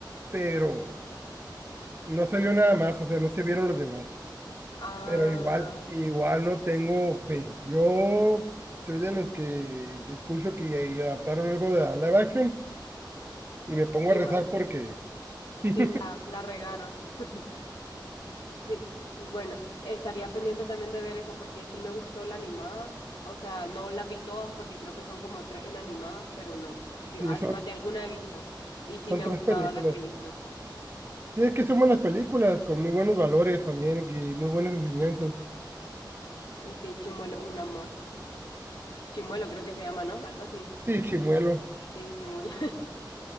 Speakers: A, on the right; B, on the left.
A: pero no salió nada más, o sea, no se vieron los demás.
B: Ah,
A: Pero igual, igual no tengo fe. Yo soy de los que escucho que y adaptaron algo de live action y me pongo
B: igual,
A: a rezar porque <laughs> sí,
B: sí, la, la regaron. <laughs> Sí, bueno, estaría pendiente también de ver esa porque sí me gustó la animada. O sea, no las vi todas porque creo que son como tres en animadas, pero no. Sí, que
A: sí,
B: al-
A: son,
B: más de alguna he visto. Y sí
A: son
B: me
A: tres
B: ha gustado
A: películas.
B: la que he visto.
A: Sí, es que son buenas películas, con muy buenos valores también y muy buenas enseñanzas.
B: Sí, Chimuelo, es un amor. Chimuelo creo que se llama, ¿no? Algo así.
A: Sí, Chimuelo.
B: Sí, Chimuelo. <laughs>